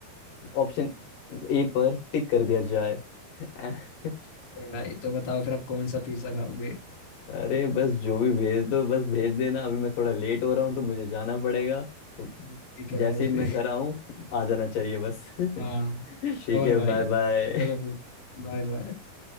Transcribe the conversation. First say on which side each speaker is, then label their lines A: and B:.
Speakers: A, on the left; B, on the left.
A: ऑप्शन ए पर टिक कर दिया जाए <laughs>
B: भाई तो बताओ फिर आप कौन सा पिज्जा खाओगे
A: अरे बस जो भी भेज दो बस भेज देना अभी मैं थोड़ा लेट हो रहा हूँ तो मुझे जाना पड़ेगा तो
B: ठीक है
A: जैसे
B: भाई
A: ही
B: फिर
A: मैं घर आऊँ आ जाना चाहिए बस <laughs> ठीक
B: हाँ श्योर
A: है
B: भाई
A: बाय बाय
B: चलो फिर बाय बाय